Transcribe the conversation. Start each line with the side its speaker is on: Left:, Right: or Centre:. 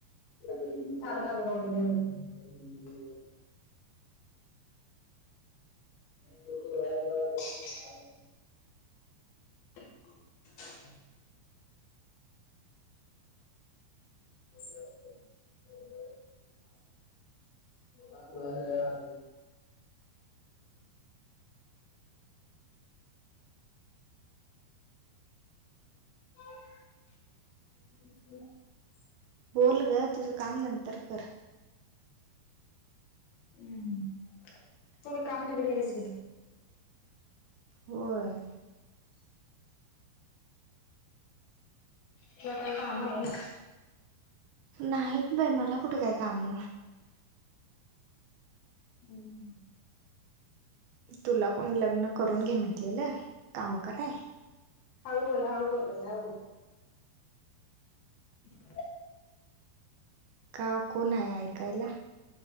Left: ग ग <unintelligible> ह <unintelligible> ह
Right: बोल ग तुझं काम नंतर कर.
Left: हम्म, तू रिकामटेकडी आहेस की.
Right: होय!
Left: तुला काय काम आहेत?
Right: नाहीत बाई मला कुठ काय काम!
Left: हॅलो!
Right: तुला कोण लग्न करून घे म्हटलेलं काम कराय.
Left: हळूल बोल बाई हळू बोल! <unintelligible>
Right: का कोण आहे ऐकायला?